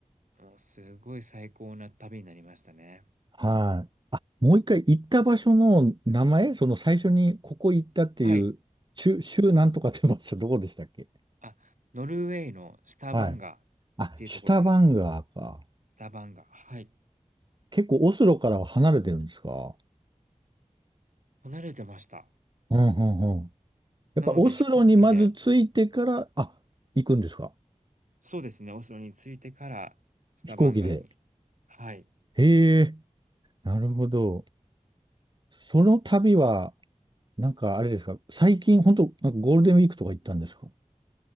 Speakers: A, on the right; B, on the right.
A: もうすごい最高な旅になりましたね。
B: はい。あ、もう一回行った場所の名前、その最初にここ行ったっていう、
A: はい。
B: 州、州なんとかって場所どこでしたっけ
A: あ、ノルウェーのスタバンガっていうところです。
B: はい。あ、シュタバンガーか。
A: スタバンガ。はい。
B: 結構オスロからは離れてるんですか
A: 離れてました。
B: うんうんうん。やっぱオスロにまず着いてから、
A: なので飛行機で、
B: あ、行くんですか
A: そうですね、オスロに着いてからスタバンガに。
B: 飛行機で。
A: はい。
B: へえ、なるほど。その旅は、なんかあれですか最近本当なんかゴールデンウィークとか行ったんですか